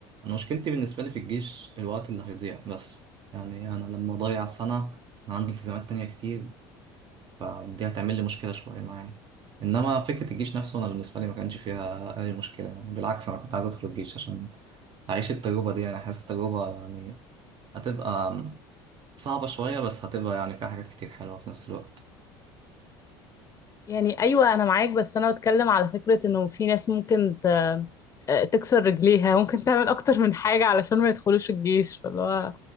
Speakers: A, on the right; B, on the left.
A: انا مشكلتي بالنسبه لي في الجيش الوقت اللي هيضيع بس يعني انا لما اضيع سنه انا عندي التزامات تانية كتير فدي هتعمل لي مشكله شويه معايا انما فكره الجيش نفسه انا بالنسبه لي ما كانش فيها اي مشكله يعني بالعكس انا كنت عايز ادخل الجيش عشان اعيش التجربه دي يعني حاسس التجربه يعني هتبقى صعبه شويه بس هتبقى يعني فيها حاجات كتير حلوه في نفس الوقت
B: يعني ايوه انا معاك بس انا بتكلم على فكرة انه في ناس ممكن آه، تكسر رجليها ممكن تعمل اكتر من حاجة علشان ما يدخلوش الجيش فاللي هو